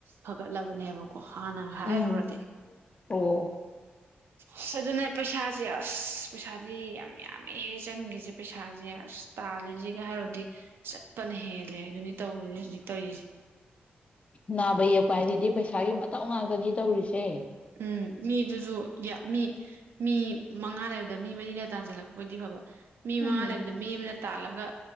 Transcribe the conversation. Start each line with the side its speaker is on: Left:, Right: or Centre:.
Right: ꯐꯒꯠꯂꯕꯅꯦꯕ ꯀꯣ ꯍꯥꯟꯅꯒ ꯍꯥꯏꯔꯨꯔꯗꯤ
Left: ꯎꯝ ꯑꯣ
Right: ꯑꯁ ꯑꯗꯨꯅꯦ ꯄꯩꯁꯥꯁꯦ ꯑꯁ ꯄꯩꯁꯥꯗꯤ ꯌꯥꯝ ꯌꯥꯝꯃꯦꯍꯦ ꯆꯪꯒ꯭ꯔꯤꯖꯦ ꯄꯩꯁꯥꯖꯦ ꯑꯁ ꯇꯥꯜꯂꯤꯁꯤꯒ ꯍꯥꯏꯔꯣꯗꯤ ꯆꯠꯄꯅ ꯍꯦꯜꯂꯦ ꯑꯗꯨꯅꯤ ꯇꯧꯔꯤꯖꯦ ꯍꯧꯖꯤꯛ ꯇꯧꯔꯤꯖꯦ
Left: ꯅꯥꯕ ꯌꯦꯛꯄ ꯍꯥꯏꯗꯨꯗꯤ ꯄꯩꯁꯥꯒꯤ ꯃꯇꯧ ꯉꯥꯛꯇꯅꯤ ꯇꯧꯔꯤꯁꯦ
Right: ꯎꯝ ꯃꯤꯗꯨꯖꯨ ꯃꯤ ꯃꯤ ꯃꯉꯥ ꯂꯩꯕꯗ ꯃꯤ ꯃꯔꯤꯅ ꯇꯥꯟꯖꯜꯂꯛꯄ ꯑꯣꯏꯗꯤ ꯐꯕ ꯃꯤ
Left: ꯎꯝ
Right: ꯃꯉꯥ ꯂꯩꯕꯗ ꯃꯤ ꯑꯃꯅ ꯇꯥꯜꯂꯒ